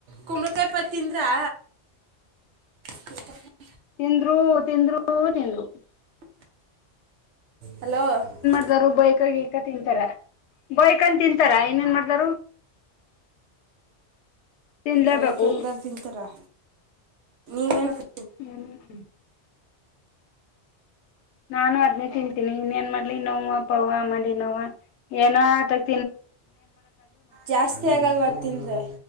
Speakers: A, on the right; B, on the left.
A: ಕುಂಬಳಕಾಯಿ ಪಲ್ಯ ತಿಂದರಾ. <unintelligible>
B: ತಿಂದರು ತಿಂದರು ತಿಂದರು. <unintelligible>
A: ಹಲೋ? <unintelligible>
B: ಎಲ್ಲರೂ ಬೈಕ ಗೀಕ ತಿಂತಾರ ಬಯಕಂತ ತಿಂತಾರ ಇನ್ ಏನ್ ಮಾಡ್ತರುಕ. <unintelligible> ತಿನ್ಲೇಬೇಕು
A: ಬೈಕಂದರ್ ತಿಂತಾರಾ ನೀವೇನ. <inaudible> <unintelligible>
B: ಹೂ. <unintelligible> ನಾನು ಅದ್ನೇ ತಿಂತೀನಿ ಇನ್ ಏನ್ ಮಾಡ್ಲಿ ನೋವ ಪಾವ ಮಂಡಿ ನೋವ ಏನೋ ಅದಕ್ಕ. <unintelligible>
A: ಜಾಸ್ತಿ ಆಗಲ್ವ ತಿಂದ್ರೆ.